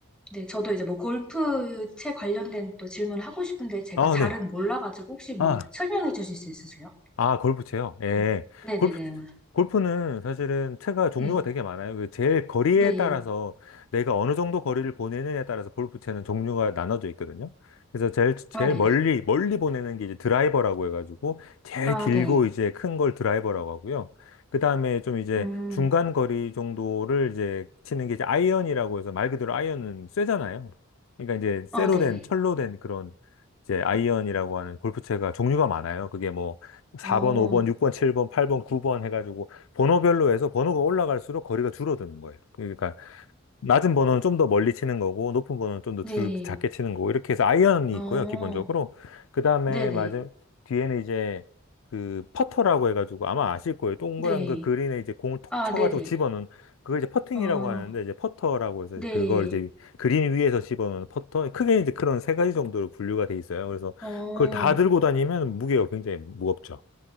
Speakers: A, in the centre; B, on the left (about 70°).
A: 네, 저도 이제 뭐 골프채 관련된 또 질문을 하고 싶은데 제가
B: 아,
A: 잘은
B: 네.
A: 몰라가지고 혹시 뭐
B: 아,
A: 설명해 주실 수 있으세요?
B: 아, 골프채요? 예.
A: 음. 네네네.
B: 골프, 골프는 사실은 채가 종류가
A: 네.
B: 되게 많아요. 그 제일 거리에
A: 네.
B: 따라서 내가 어느 정도 거리를 보내느냐에 따라서 골프채는 종류가 나눠져 있거든요. 그래서 제일, 제일
A: 아, 네네.
B: 멀리, 멀리 보내는 게 이제 드라이버라고 해가지고 제일
A: 아,
B: 길고
A: 네.
B: 이제 큰 걸 드라이버라고 하고요. 그 다음에 좀 이제
A: 음,
B: 중간 거리 정도를 이제 치는 게 이제 아이언이라고 해서 말 그대로 아이언은 쇠잖아요. 그러니까 이제 쇠로
A: 어, 네네.
B: 된, 철로 된 그런 이제 아이언이라고 하는 골프채가 종류가 많아요. 그게 뭐 4번,
A: 어,
B: 5번,
A: 어,
B: 6번, 7번, 8번, 9번 해가지고 번호별로 해서 번호가 올라갈수록 거리가 줄어드는 거예요. 그러니까 낮은 번호는 좀 더 멀리 치는 거고 높은 번호는 좀 더
A: 네.
B: 작게 치는 거고 이렇게 해서 아이언이
A: 어,
B: 있고요, 기본적으로. 그 다음에
A: 네네.
B: 맞아 뒤에는 이제 그 퍼터라고 해가지고 아마 아실 거예요. 동그란
A: 네.
B: 그 그린에 이제 공을 톡
A: 아,
B: 쳐가지고
A: 네네.
B: 집어넣는 그걸 이제 퍼팅이라고
A: 어,
B: 하는데 이제 퍼터라고 해서
A: 네.
B: 그걸 이제 그린 위에서 집어넣는 퍼터 크게 이제 그런 세 가지 정도로 분류가 돼 있어요. 그래서
A: 어,
B: 그걸 다 들고 다니면 무게가 굉장히 무겁죠.